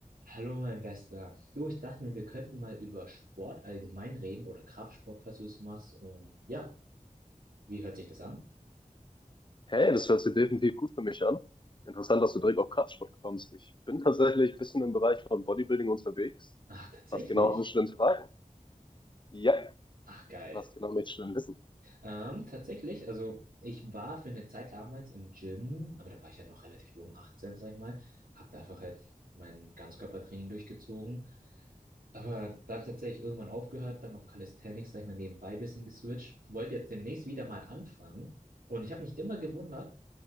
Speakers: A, on the right; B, on the left.
A: Hallo, mein Bester. Du, ich dachte mir, wir könnten mal über Sport allgemein reden oder Kraftsport, falls du es machst. Und ja, wie hört sich das an?
B: Hey, das hört sich definitiv gut für mich an. Interessant, dass du direkt auf Kraftsport kommst. Ich bin tatsächlich ein bisschen im Bereich von Bodybuilding unterwegs.
A: Ach, tatsächlich?
B: Was genau möchtest du denn fragen? Ja,
A: Ach, geil.
B: was genau möchtest du denn wissen?
A: Ähm, tatsächlich, also ich war für eine Zeit damals im Gym, aber da war ich ja noch relativ jung, 18, sag ich mal. Hab da einfach halt mein Ganzkörpertraining durchgezogen. Aber dann tatsächlich irgendwann aufgehört, dann auf Calisthenics, sag ich mal, nebenbei ein bisschen geswitcht. Wollte jetzt demnächst wieder mal anfangen. Und ich habe mich immer gewundert,